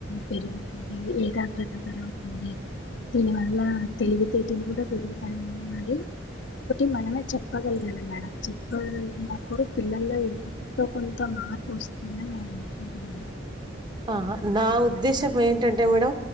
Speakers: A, on the left; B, on the right.
A: పెరుగుతుంది ఏకాగ్రత పెరుగుతుంది. దీని వల్ల తెలివితేటలు కూడా పెరుగుతాయిన్నది ఒకటి మనమే చెప్పగలగాలి మేడం చెప్పినప్పుడు పిల్లల్లో ఎంతో కొంత మార్పు వస్తుందని నేను
B: ఆహ నా ఉద్దేశం ఏంటంటే మేడం